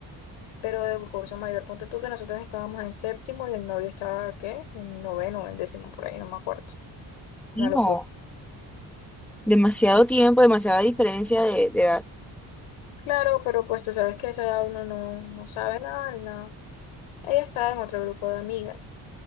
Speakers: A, on the left; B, in the centre.
A: pero del curso mayor. Ponte tú que nosotros estábamos en séptimo y el novio estaba, ¿qué? En noveno, en décimo, por ahí, no me acuerdo.
B: No,
A: Una locura.
B: demasiado tiempo, demasiada diferencia de, de edad.
A: Claro, pero pues tú sabes que a esa edad uno no, no sabe nada ni nada. Ella estaba en otro grupo de amigas.